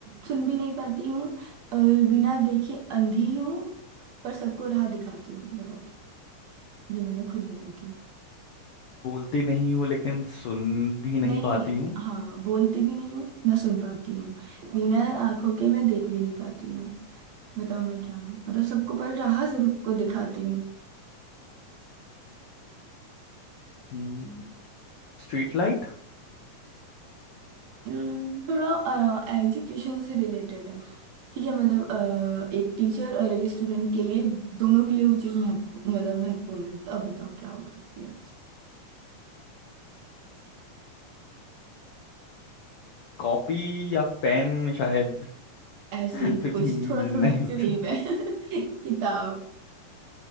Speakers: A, on the right; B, on the left.
A: सुन भी नहीं पाती हूँ और बिना देखे अंधी हूँ पर सबको राह दिखाती हूँ बताओ क्या? ये मैंने खुद बनाई
B: बोलती नहीं हूँ लेकिन सुन भी नहीं
A: नहीं
B: पाती हूँ
A: हाँ बोलती भी नहीं हूँ ना सुन पाती हूँ बिना आंखों के मैं देख भी नहीं पाती हूँ बताओ मैं क्या हूँ मतलब सबको पर राह जरूर को दिखाती हूँ
B: हम्म, स्ट्रीट लाइट
A: अम्म, थोड़ा एजुकेशन से रिलेटेड है ठीक है मतलब अ, एक टीचर और एक स्टूडेंट के लिए दोनों के लिए वो चीज़ महत्व मतलब महत्वपूर्ण है तो अब बताओ क्या हो सकती है
B: कॉपी या पेन शायद
A: ऐसे
B: <laughs> क्योंकि
A: ही कुछ
B: मुझे
A: थोड़ा
B: नहीं
A: थोड़ा
B: <laughs> पता।
A: करीब है <laughs> किताब